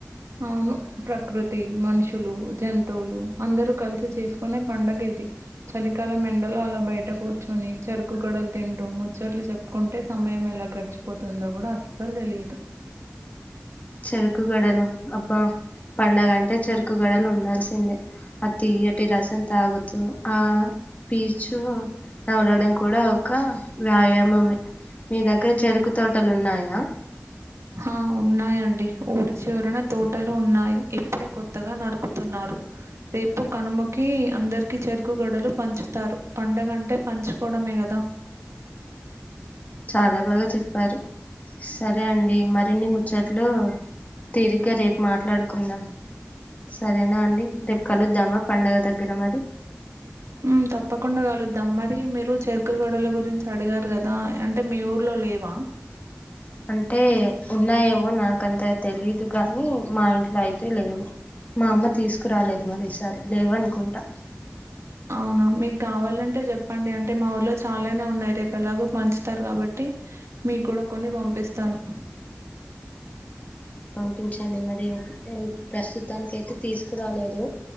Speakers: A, on the right; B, on the left.
A: అవును ప్రకృతి మనుషు లు జంతువులు అందరూ కలిసి చేసుకునే పండగిది చలికాలం మెండల అలా బయట కూర్చొని చెరుకు గడలు తింటు ముచ్చట్లు చెప్పుకుంటే సమయం ఎలా గడిచిపోతుందో కూడా అస్సలు తెలిదు
B: చెరుకు గడలు అబ్బా పండగంటే చెరుకు గడలు ఉండాల్సిందే అ తీయటి రసం తాగుతూ ఆ పీచు నమలడం కూడా ఒక వ్యాయామమే మీ దగ్గర చెరుకు తోటలు ఉన్నాయా
A: హా ఉన్నాయండి ఊరి చివరిన తోటలు ఉన్నాయి ఇప్పుడే కొత్తగా నరుకుతున్నారు రేపు కనుమకి కి అందరికి చెరుకు గడలు పంచుతారు పండగంటే పంచుకోవడమే కదా
B: చాలా బాగా చెప్పారు సరే అండి మరిన్ని ముచ్చట్లు తిరిగ్గా రేపు మాట్లాడుకు కుందాం సరేనా అండి రేపు కలుద్దామా పండగ దగ్గర మరి
A: ఊ తప్పకుండా కలుద్దాం మరి మీరు చెరుకు గడల గురించి అడిగారు కదా అంటే మీ ఊర్లో లేవా
B: అంటే ఉన్నాయేమో నాకంత తెలీదు గానీ మా ఇంట్లో అయితే లేవు మా అమ్మ తీసుకురాలేదు మరి ఈసారి లేవనుకుంటా
A: అవునా మీకు కావాలంటే చెప్పండి అంటే మా ఊర్లో చాలానే ఉన్నాయి రేపు ఎలాగో పంచుతారు కాబట్టి మీకు కూడా కొన్ని పంపిస్తాను
B: పించండి మరి ఎ ప్రస్తుతానికి అయితే తీసుకురాలేదు